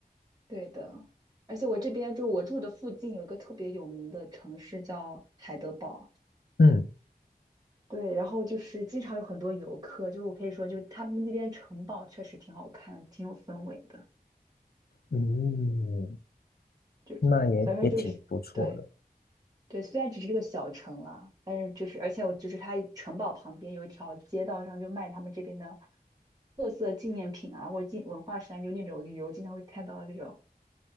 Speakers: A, on the right; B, on the left.
A: 对的。而且我这边就我住的附近有一个特别有名的城市叫海德堡，
B: 嗯
A: 对，然后就是经常有很多游客，就是我可以说，就是他们那边城堡确实挺好看，挺有氛围的，
B: 嗯，
A: 就而且就是对，
B: 那也也挺不错的。
A: 对，虽然只是这个小城啦，但是就是，而且我就是它城堡旁边有一条街道上就卖他们这边的特色纪念品啊，或者纪文化衫，就那种旅游经常会看到的这种